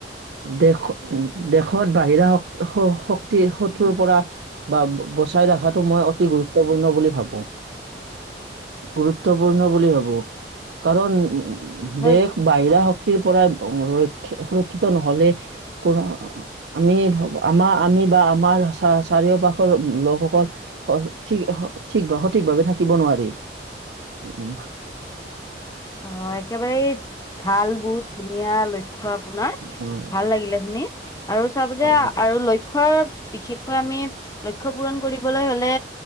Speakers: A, on the right (about 75°); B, on the left (about 20°).
A: দেশ দেশত বাহিৰা শ শক্তি টোৰ পৰা বা বচাই ৰখাটো মই অতি গুৰুত্বপূৰ্ণ বুলি ভাবো গুৰুত্বপূৰ্ণ বুলি ভাবো কাৰণ উ
B: হয়
A: দেশ বাহিৰা শ- টিৰ পৰাই ৰক্ষ সুৰক্ষিত নহলে কৰা আমি আমাৰ আমি বা আমাৰ চা চাৰিও পাশৰ লোকসকল ঠিক ঠিক সঠিক ভাৱে থাকিব নোৱাৰি উম
B: অ একেবাৰে ভাল বহুত ধুনীয়া ল ক্ষ্য আপোনাৰ
A: উম
B: ভাল লাগিলে শুনি আৰু চাব যে
A: অ
B: আৰু ল লক্ষ্যৰ বিশেষকৈ আমি লক্ষ্য পূৰণ কৰিবলৈ হলে